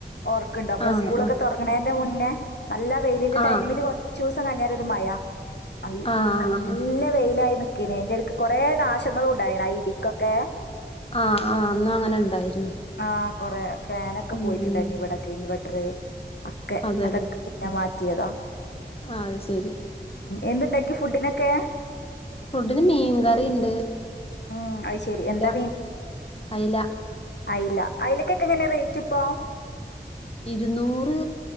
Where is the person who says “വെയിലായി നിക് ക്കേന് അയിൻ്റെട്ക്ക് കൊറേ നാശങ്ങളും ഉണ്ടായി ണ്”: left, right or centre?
Left